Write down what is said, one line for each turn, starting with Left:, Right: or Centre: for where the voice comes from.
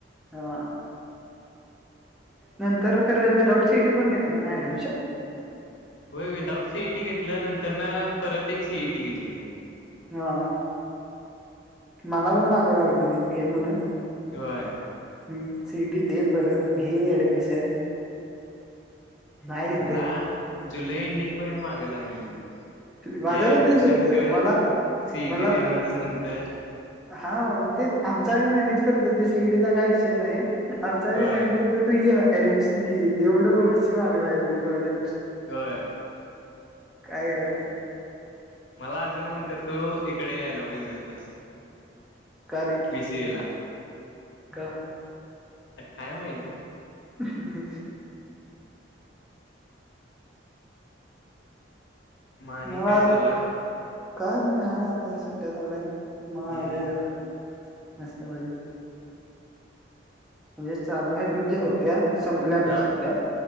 Centre: हा. नंतर खरं विदाऊट सिटी पण घेतल ना ऍडमिशन.
Left: होय विदाऊट सीईटी घेतल्या नंतर ना परत एक सीईटी घेतली.
Centre: हा. मला पण मागं लागलीतीत घे म्हणून
Left: व्हय.
Centre: ह सीएटी दे परत घे ऍडमिशन. नाही घेतले
Left: मला जुलै एंडिंग पर्यंत माग लागलेली
Centre: माझं
Left: ये
Centre: पण
Left: ऍडमिशन
Centre: तेच होत
Left: कर
Centre: मला
Left: सीईटी
Centre: मला
Left: दे म्हणच नंतर.
Centre: हा तेच आमचा आम्ही मॅनेज करतो ते सीईडीचा काही विषय नाही. आमचा मी
Left: होय
Centre: मॅनेज करत तू ऍडमिशन घे एवढं वर्षची माग लागलेली तू माझ्या
Left: व्हय.
Centre: काय करायचं?
Left: मला अजून म्हणतात तू इकडे यायला पाहिजे होतास.
Centre: का रे
Left: बीसीएला
Centre: का
Left: तर काय माहित.
Centre: ह ह हा.
Left: मग आणि
Centre: मलाला
Left: काय चालू आहे
Centre: काय नाही हाय आता सुट्ट्या लागल्यात म्हणून
Left: हम्म
Centre: आलाय जरा ना म <unintelligible> म्हणजे चालू आहेत म्हणजे होत्या. संपल्या आता
Left: हा
Centre: सुट्ट्या